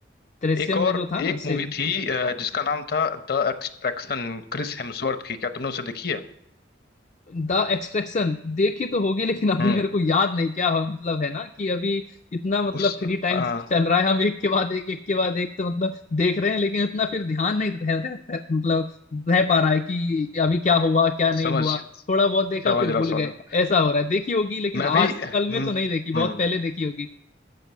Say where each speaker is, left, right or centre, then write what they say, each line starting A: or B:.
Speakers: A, on the left; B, on the left.
A: दृश्यम
B: एक और
A: में जो था ना
B: एक मूवी
A: सेम
B: थी अ, जिसका नाम था द एक्सट्रैक्शन क्रिस हेम्सवर्थ की क्या तुमने उसे देखी है
A: द एक्सट्रैक्शन देखी तो होगी लेकिन अभी
B: हम्म
A: मेरे को याद नहीं क्या हो मतलब है ना कि अभी इतना मतलब
B: उस
A: फ्री टाइम
B: अ,
A: चल रहा है हम एक के बाद एक एक के बाद एक तो मतलब देख रहे हैं लेकिन इतना फिर ध्यान नहीं रह, रह, रह, मतलब रह पा रहा है कि अभी क्या हुआ क्या नहीं
B: समझ
A: हुआ थोड़ा बहुत देखा
B: समझ
A: फिर
B: रहा
A: भूल
B: समझ
A: गए
B: रहा
A: ऐसा हो रहा है देखी होगी लेकिन
B: मैं भी
A: आज
B: हम्म
A: कल में तो नहीं देखी बहुत
B: हम्म
A: पहले देखी होगी